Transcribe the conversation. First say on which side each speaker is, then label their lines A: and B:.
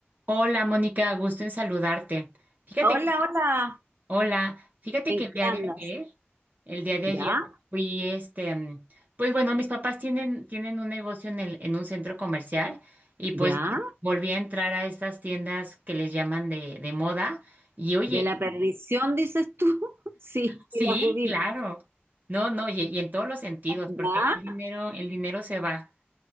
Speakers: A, on the right; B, on the right.
A: Hola, Mónica, gusto en saludarte. Fíjate
B: Hola,
A: que,
B: hola,
A: hola, fíjate
B: ¿en
A: que el
B: qué
A: día de
B: andas?
A: ayer, el día de
B: ¿Ya?
A: ayer fui este, mm, pues bueno, mis papás tienen, tienen un negocio en el, en un centro comercial y pues
B: ¿Ya?
A: bueno, volví a entrar a estas tiendas que les llaman de, de moda y oye,
B: ¿De la perdición dices tú? <laughs> Sí,
A: sí,
B: sí, la ubico.
A: claro, no, no, y, y en todos los sentidos,
B: ¿Ya?
A: porque el dinero, el dinero se va.